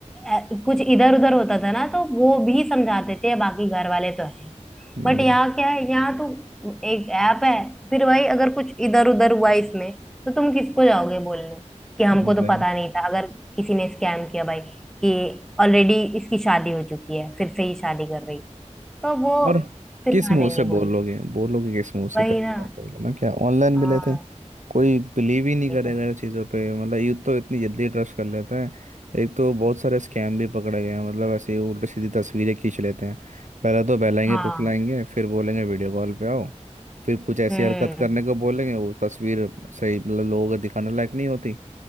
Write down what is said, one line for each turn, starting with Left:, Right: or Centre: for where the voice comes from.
Centre: अ, कुछ इधर उधर होता था ना तो वो भी समझाते थे बाकी घर वाले तो है
Right: हाँ
Centre: बट यहाँ क्या है यहाँ तो एक ऐप है फिर भाई अगर कुछ इधर उधर हुआ इसमें तो तुम किसको जाओगे बोलने कि हमको
Right: एग्जैक्टली
Centre: तो पता नहीं था अगर किसी ने स्कैम किया भाई कि ऑलरेडी इसकी शादी हो चुकी है फिर से ही शादी कर रही तो वो
Right: और
Centre: फिर
Right: किस
Centre: कहाँ
Right: मुंह
Centre: जाएंगे
Right: से बोलोगे
Centre: बोलने
Right: बोलोगे किस मुंह से
Centre: वही
Right: पहली
Centre: ना
Right: बात रहेगा ना क्या ऑनलाइन
Centre: हाँ
Right: मिले थे कोई बिलीव ही नहीं
Centre: वही
Right: करेगा
Centre: तो
Right: इन चीज़ों पे मतलब यूथ तो इतनी जल्दी ट्रस्ट कर लेते हैं एक तो बहुत सारे स्कैम भी पकड़े गए हैं मतलब ऐसे ही उल्टी सीधी तस्वीरें खींच लेते हैं पहले तो बहलाएंगे
Centre: हाँ
Right: फुसलाएंगे फिर बोलेंगे वीडियो कॉल पे आओ फिर कुछ ऐसी
Centre: हम्म
Right: हरकत करने को बोलेंगे वो तस्वीर सही मतलब लोगों को दिखाने लायक नहीं होती